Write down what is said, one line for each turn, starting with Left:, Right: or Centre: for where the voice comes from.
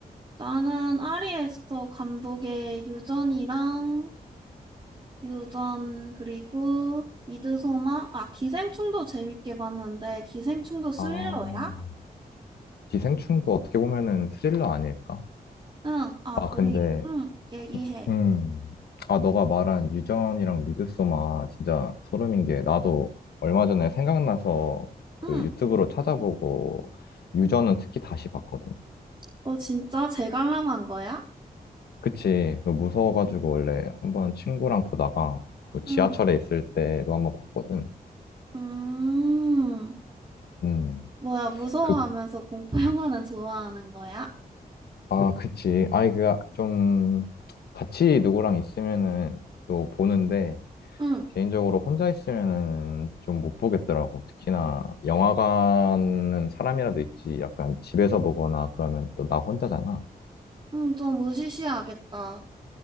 Right: 나는 아리 에스터 감독의 유전이랑 유전 그리고 미드소마? 아, 기생충도 재밌게 봤는데 기생충도 스릴러야?
Left: 아, 기생충도 어떻게 보면은 스릴러 아닐까?
Right: 응, 아,
Left: 아,
Right: 그리,
Left: 근데
Right: 응, 얘기해.
Left: 음. 아, 너가 말한 유전이랑 미드소마 진짜 소름인 게 나도 얼마 전에 생각나서 그
Right: 응,
Left: 유튜브로 찾아보고 유전은 특히 다시 봤거든.
Right: 어, 진짜 재갈람한 거야?
Left: 그치. 너 무서워가지고 원래 한번 친구랑 보다가 그 지하철에
Right: 응
Left: 있을 때도 한번 봤거든.
Right: 음,
Left: 음.
Right: 뭐야, 무서워하면서
Left: 그,
Right: 공포 영화는 좋아하는 거야?
Left: 아, 그치. 아이, 그, 좀 같이 누구랑 있으면은 또 보는데
Right: 응,
Left: 개인적으로 혼자 있으면은 좀 못 보겠더라고. 특히나 영화관은 사람이라도 있지. 약간 집에서 보거나 그러면 또 나 혼자잖아.
Right: 응, 좀 으시시하겠다.